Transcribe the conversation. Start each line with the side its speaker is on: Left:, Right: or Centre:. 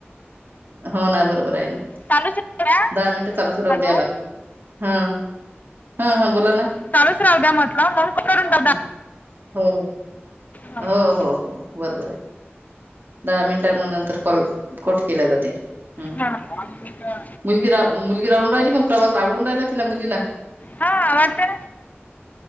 Right: <unintelligible> हो ना बरोबर आहे ना
Left: चालूच ठेवू का?
Right: दहा मिनट चालूच राह
Left: हॅलो
Right: द्याव लागत हा हा हा बोला ना
Left: चालूच राहू द्या म्हटलं मग करून बघा
Right: हो हो
Left: हां
Right: हो हो हो बरोबर आहे दहा मिनिटां नंतर कॉल कट केला जाते हम्
Left: हा का
Right: मुलगी रा मुलगी राहून राहिली मग प्रवास आवडून राहिला तिला मुलीला
Left: हा आवडते